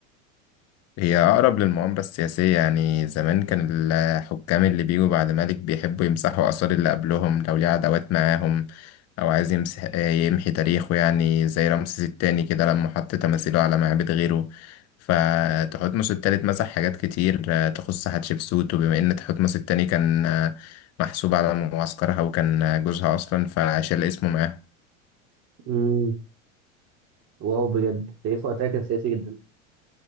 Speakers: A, on the left; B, on the right.
A: هي أقرب للمؤامرة السياسية يعني زمان كان الحكام اللي بيجوا بعد ملك بيحبوا يمسحوا آثار اللي قبلهم لو ليه عداوات معاهم أو عايز يمسح يمحي تاريخه يعني زي رمسيس التاني كده لما حط تماثيله على معابد غيره فتحتمس التالت مسح حاجات كتير آه، تخص حتشبسوت وبما إن تحتمس التاني كان آه، محسوب على معسكرها وكان آه، جوزها أصلا فشال اسمه معاهم
B: امم واو بجد تاريخه وقتها كان سياسي جدا